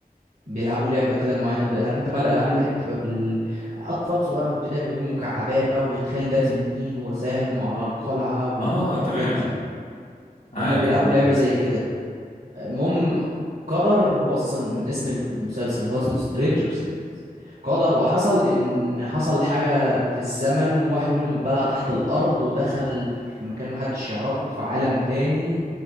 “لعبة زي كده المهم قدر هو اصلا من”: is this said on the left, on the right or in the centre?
Right